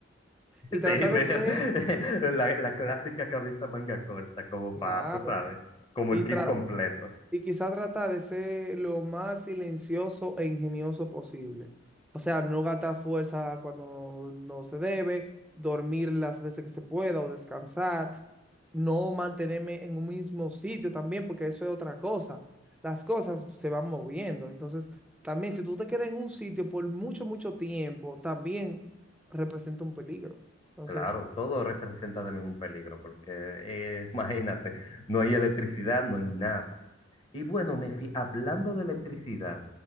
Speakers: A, in the centre; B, on the left.
A: y trata
B: Sí, veo
A: de ser,
B: <laughs> la, la clásica camisa manga corta, como
A: claro,
B: para, tú sabes, como
A: y,
B: el kit
A: tra-
B: completo.
A: Y quizá trata de ser lo más silencioso e ingenioso posible. O sea, no gastar fuerza cuando no se debe, dormir las veces que se pueda o descansar, no mantenerme en un mismo sitio también, porque eso es otra cosa. Las cosas se van moviendo. Entonces, también si tú te quedas en un sitio por mucho, mucho tiempo, también representa un peligro. Entonces,
B: Claro, todo representa también un peligro, porque eh, <laughs> imagínate, no hay electricidad, no hay nada. Y bueno, Mefi, hablando de electricidad,